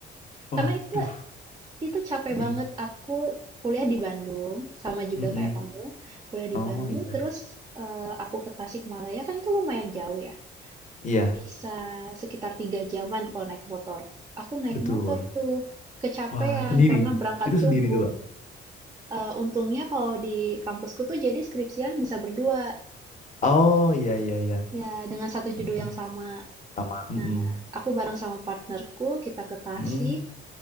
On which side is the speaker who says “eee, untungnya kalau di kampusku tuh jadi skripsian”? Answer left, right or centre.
Right